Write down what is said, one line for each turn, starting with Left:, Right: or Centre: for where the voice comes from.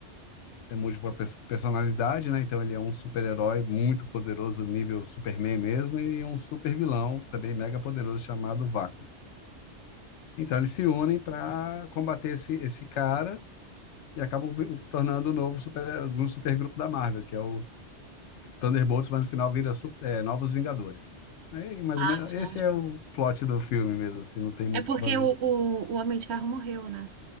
Left: é múltipla pers- personalidade, né? Então ele é um super-herói muito poderoso, nível Superman mesmo, e um super-vilão também mega poderoso chamado Vácuo. Então eles se unem para combater esse, esse cara e acabam vi- tornando o novo super, um supergrupo da Marvel, que é o Thunderbolts, mas no final vira su- é, Novos Vingadores. Aí, mais
Right: Ah,
Left: ou menos,
Right: os
Left: esse
Right: novos.
Left: é o plot do filme mesmo, assim, não tem muito
Right: É
Left: o
Right: porque
Left: que fazer.
Right: o, o, o Homem de Ferro morreu, né?